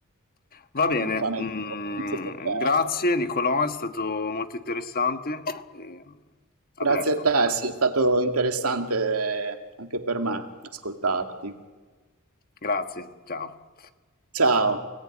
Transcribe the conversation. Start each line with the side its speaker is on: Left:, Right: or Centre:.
Left: Va bene,
Right: Non so nel
Left: mm,
Right: tuo <laughs> caso per te.
Left: grazie Nicolò, è stato molto interessante. e,
Right: Grazie
Left: a presto,
Right: a te, sì, è stato interessante anche per me ascoltarti.
Left: grazie, ciao.
Right: Ciao.